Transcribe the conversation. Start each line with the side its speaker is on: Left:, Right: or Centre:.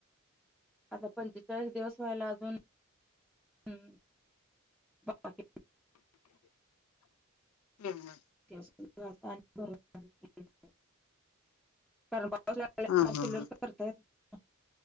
Centre: आता पंचेचाळीस दिवस व्हायला अजून हम् बा <unintelligible>
Left: हा
Centre: <unintelligible> कारण पाऊस लागल्यावर
Left: हा हा
Centre: चुलीवर करता येत नाही,